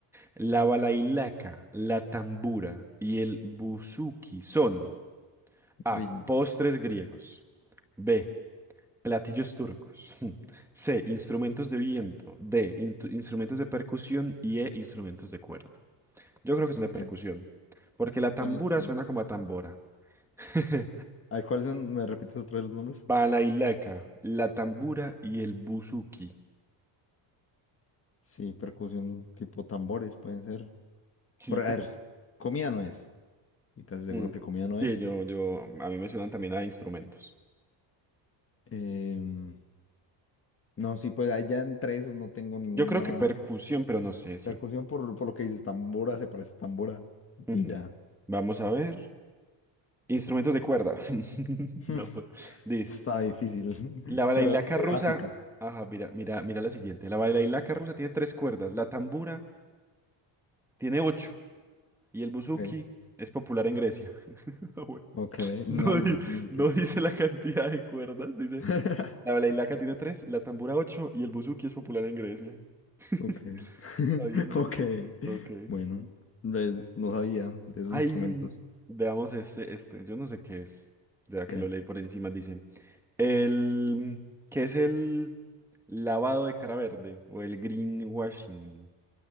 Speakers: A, in the centre; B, on the left.
A: la balailaca, la tambura y el buzuki son A,
B: Ritmos.
A: postres griegos, B, platillos turcos, <laughs> C, instrumentos de viento, D, intu- instrumentos de percusión y E, instrumentos de cuerda. Yo creo que son
B: Ok,
A: de percusión,
B: sí,
A: porque la tambura
B: son instrumentos.
A: suena como a tambora. <laughs>
B: A ver, ¿cuáles son? ¿Me repites otra vez los nombres?
A: Balailaca, la tambura y el buzuki.
B: Sí, percusión tipo tambores pueden ser.
A: Sí,
B: Bueno,
A: per-
B: a ver, s- comida no es. Y casi seguro
A: mm.
B: que comida no
A: Sí,
B: es.
A: yo, yo, a mí me suenan también a instrumentos.
B: Em, no, sí, pues allá entre esos no tengo ninguna
A: Yo creo que percusión, pero no sé, sí.
B: percusión por, por lo que dices, tambora, se parece a tambora.
A: Ujú.
B: Y ya.
A: Vamos a ver. Instrumentos de cuerda. <laughs>
B: <laughs>
A: No puedo. Dice,
B: Está difícil. <laughs>
A: la balailaca
B: Pero de
A: rusa.
B: África.
A: Ajá, mira, mira, mira la siguiente. La balailaca rusa tiene tres cuerdas. La tambura tiene ocho. Y el buzuki
B: Ok.
A: es popular en Grecia. <laughs> Ah, bueno.
B: Ok. No,
A: No,
B: ni,
A: di-
B: ni siquiera.
A: no dice la cantidad de cuerdas, dice
B: <laughs>
A: La balalaika tiene tres, la tambora ocho y el buzuki es popular en Grecia. <laughs>
B: Ok, <laughs>
A: Está bien, no
B: ok,
A: sé. Ok.
B: bueno, ve, no sabía de esos
A: Ay,
B: instrumentos.
A: veamos este, este. Yo no sé qué es. Ya que
B: ¿Qué?
A: lo leí por encima, dice. El, ¿qué es el lavado de cara verde? O el greenwashing.